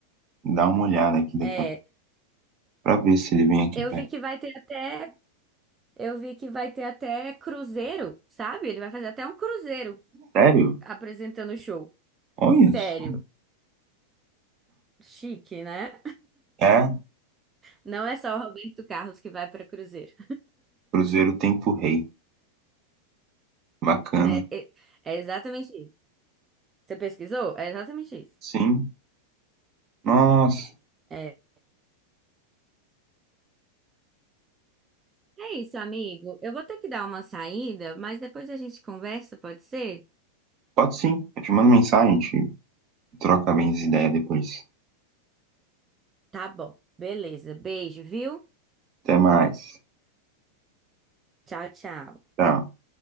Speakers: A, on the right (about 35°); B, on the right (about 20°).
A: Dá uma olhada aqui daqui
B: É,
A: a pouco pra ver se ele vem aqui
B: eu
A: perto.
B: vi que vai ter até, eu vi que vai ter até cruzeiro, sabe? Ele vai fazer até um cruzeiro
A: Sério?
B: apresentando o show.
A: Olha
B: Sério,
A: isso.
B: chique, né?
A: É,
B: Não é só o Roberto Carlos que vai para cruzeiro.
A: Cruzeiro Tempo Rei. Bacana.
B: É é é exatamente isso. Você pesquisou? É exatamente isso.
A: Sim. Nossa.
B: É. É isso, amigo. Eu vou ter que dar uma saída, mas depois a gente conversa, pode ser?
A: Pode sim. Eu te mando mensagem, a gente troca bem as ideias depois.
B: Tá bom. Beleza. Beijo, viu?
A: Até mais.
B: Tchau, tchau.
A: Tchau.